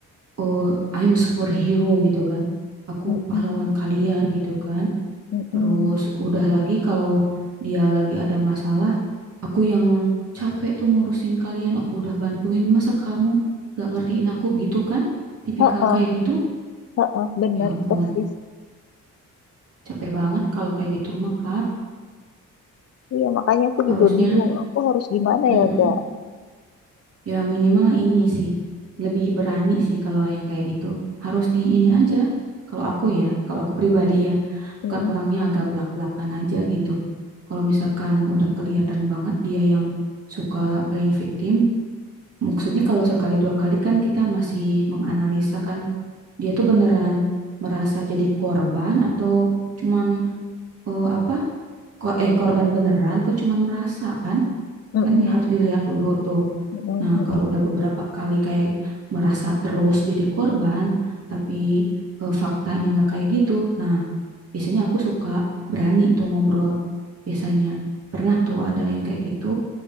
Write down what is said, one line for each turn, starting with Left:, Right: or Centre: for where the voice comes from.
Right: oh I'm superhero gitu kan. Aku
Left: Mm-mm,
Right: pahlawan kalian gitu kan.
Left: mm-mm.
Right: Terus udah lagi kalau dia lagi ada masalah, aku yang capek tuh ngurusin kalian, aku udah bantuin, masa kamu gak ngertiin aku gitu kan? Tipikal
Left: Heeh,
Right: kayak gitu?
Left: heeh, bener
Right: Ya ampun,
Left: persis.
Right: capek banget kalau kayak gitu mah Kak,
Left: Iya, makanya aku
Right: harusnya.
Left: juga bingung. Aku harus gimana
Right: Mm-mm.
Left: ya, gak?
Right: Ya minimal ini sih, lebih berani sih kalau yang kayak gitu. Harus di ini aja, kalau aku ya, kalau aku pribadi ya,
Left: Mm-mm,
Right: kan orangnya agak belak-belakan aja gitu. Kalau misalkan udah kelihatan banget dia yang suka playing victim, maksudnya kalau sekali dua kali kan kita masih menganalisa kan, dia tuh beneran merasa jadi korban atau cuman eh, apa, ko- eh korban beneran atau cuman merasa kan,
Left: mm-mm,
Right: kan harus dilihat dulu tuh.
Left: mm-mm,
Right: Nah,
Left: mm-mm,
Right: kalau udah beberapa kali kayak merasa terus jadi korban, tapi eh, faktanya nggak kayak gitu. Nah, biasanya aku suka berani tuh ngobrol. Biasanya pernah tuh ada yang kayak gitu.